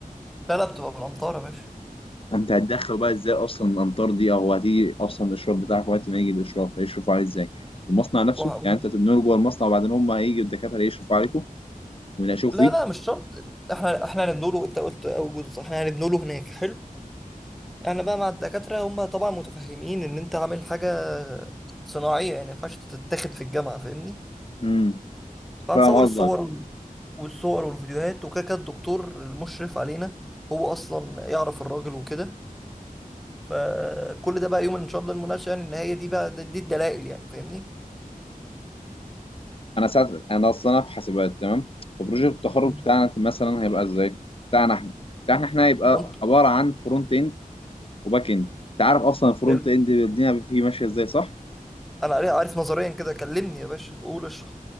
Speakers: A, in the centre; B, on the left.
A: لا لا بتبقى بالأمطار يا باشا
B: انت هتدخل بقى ازاي اصلا الامطار دي او هتيجي اصلا الاشراف بتاعك وقت ما يجي الاشراف هيشرفوا عليه ازاي المصنع نفسه
A: وه- وه-
B: يعني انت تبنوا له جوه المصنع وبعدين هم هيجي الدكاترة يشرفوا عليكم ويناقشوك
A: لا
B: فيه
A: لا مش شرط احنا احنا هنبنوا له انت قلت اول جزء صح احنا هنبنوا له هناك حلو انا بقى مع الدكاتره هم طبعا متفهمين ان انت عامل حاجه صناعيه يعني ما ينفعش تتاخد في الجامعه فاهمني
B: امم
A: فهنصور
B: فاهم
A: الصور
B: قصدك
A: اه وال- والصور والفيديوهات وكده كده الدكتور المشرف علينا هو اصلا يعرف الراجل وكده فكل ده بقى يوم ان شاء الله المناقشه يعني ان هي دي بقى دي, دي الدلائل يعني فاهمني
B: انا ساعه انا اصلا أنا في حاسبات تمام فبروجكت التخرج
A: مم.
B: بتاعنا مثلا هيبقى ازاي بتاعنا احنا بتاعنا احنا هيبقى
A: وانت
B: عباره عن فرونت اند وباك اند انت عارف اصلا الفرونت
A: حلو.
B: اند الدنيا فيه ماشيه ازاي صح
A: انا عارف عارف نظريا كده كلمني يا باشا قول اشرح